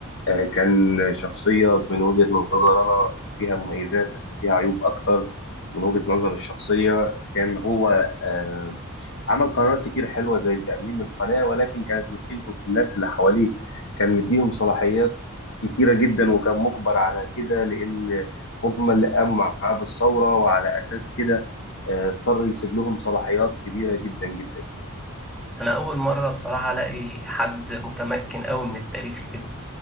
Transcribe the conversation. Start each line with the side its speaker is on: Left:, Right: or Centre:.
Left: آه، كان شخصية من وجهة نظر أنا فيها مميزات بس فيها عيوب أكتر من وجهة نظر الشخصية كان هو آه، عمل قرارات كتير حلوة زي تأميم القناة ولكن كانت مشكلته في الناس اللي حواليه كان مديهم صلاحيات كتيرة جدا وكان مجبر على كده لأن هم اللي قاموا معاه بالثورة وعلى أساس كده آه، اضطر يسيب لهم صلاحيات كبيرة جدا جدا
Centre: انا اول مرة بصراحة الاقي حد متمكن قوي من التاريخ كده